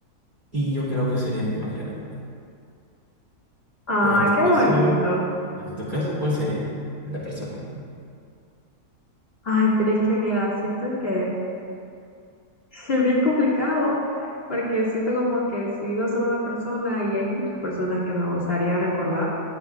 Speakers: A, on the right; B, on the left.
A: Y yo creo que sería mi madre, la verdad.
B: Ay,
A: O en tu
B: qué
A: caso,
B: bonito.
A: en tu caso, ¿cuál sería la persona?
B: Ay, pero es que mira, siento que <laughs> es bien complicado porque siento como que si digo solo una persona y hay muchas personas que me gustaría recordar,